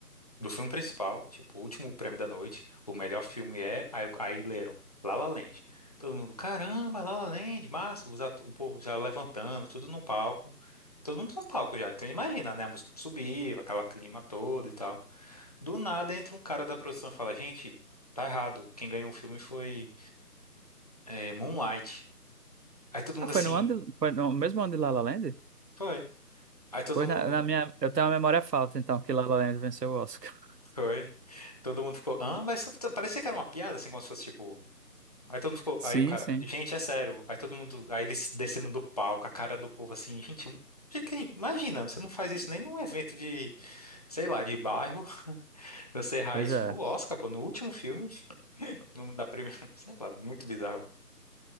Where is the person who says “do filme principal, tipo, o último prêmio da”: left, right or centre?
Left